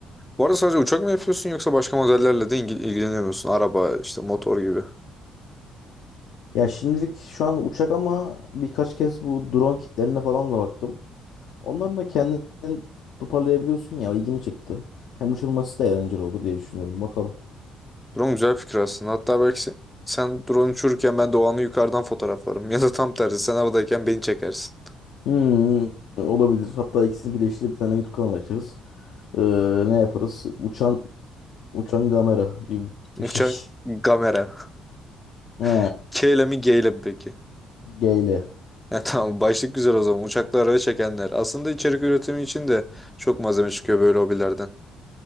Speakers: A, in the centre; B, on the left (about 75°).
A: Bu arada sadece uçak mı yapıyorsun yoksa başka modellerle de ilgi- ilgileniyor musun? Araba, işte motor gibi.
B: Ya şimdilik şu an uçak ama birkaç kez bu drone kitlerine falan da baktım. Onların da kendini toparlayabiliyorsun ya. o ilgimi çekti. Hem uçurması da eğlenceli olur diye düşünüyorum. Bakalım.
A: Drone güzel fikir aslında. Hatta belki sen, sen drone uçururken ben de o anı yukarıdan fotoğraflarım. <laughs> Ya da tam tersi sen havadayken beni çekersin.
B: Hmm, olabilir. Hatta ikisini birleştirip bir tane YouTube kanalı açarız. Ee, ne yaparız? Uçan uçan kamera gibi bir
A: Uçak
B: şey. <laughs>
A: kamera.
B: Ha,
A: <laughs> K ile mi G ile mi peki?
B: G
A: Ya <laughs> tamam başlık güzel o zaman. Uçaklar ve çekenler. Aslında içerik üretimi için de çok malzeme çıkıyor böyle hobilerden.